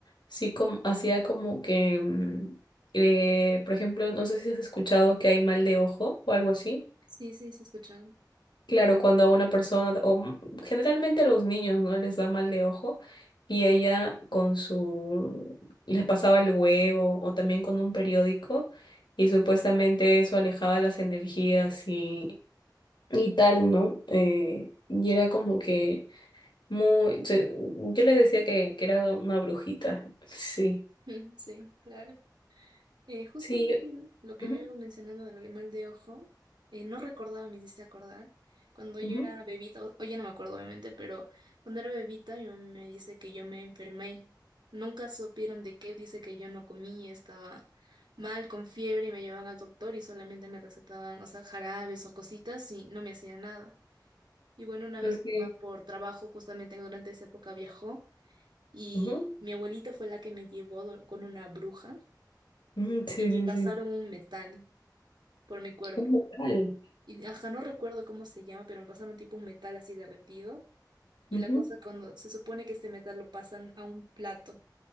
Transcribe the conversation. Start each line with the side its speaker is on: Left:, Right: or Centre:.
Left: sí como, hacía como que, mm, eh, por ejemplo, no sé si has escuchado que hay mal de ojo o algo así.
Right: Sí, sí, sí, he escuchado.
Left: Claro, cuando a una persona, o m- generalmente a los niños, ¿no? Les da mal de ojo y ella con su, les pasaba el huevo o también con un periódico y supuestamente eso alejaba las energías y, y tal, ¿no? Eh, y era como que muy, se- yo le decía que, que era una brujita, <laughs> sí,
Right: <laughs> Sí, claro. Eh, justamente
Left: sí,
Right: lo que
Left: ujú,
Right: me ibas mencionando de lo que mal de ojo, eh, no recordaba, me hiciste acordar. Cuando yo
Left: ujú,
Right: era bebita, o- hoy ya no me acuerdo obviamente, pero cuando era bebita yo me dice que yo me enfermé. Nunca supieron de qué, dice que yo no comí, estaba mal, con fiebre y me llevaban al doctor y solamente me recetaban, o sea, jarabes o cositas y no me hacía nada. Y bueno, una vez
Left: ok,
Right: mi mamá por trabajo, justamente durante esa época viajó y
Left: ujú,
Right: mi abuelita fue la que me llevó do- con una bruja
Left: ujú, sí,
Right: y me
Left: sí,
Right: pasaron
Left: sí,
Right: un metal por mi cuerpo.
Left: un mortal,
Right: Y ajá, no recuerdo cómo se llama, pero me pasaron tipo un metal así derretido. Y
Left: ujú,
Right: la cosa cuando se supone que este metal lo pasan a un plato.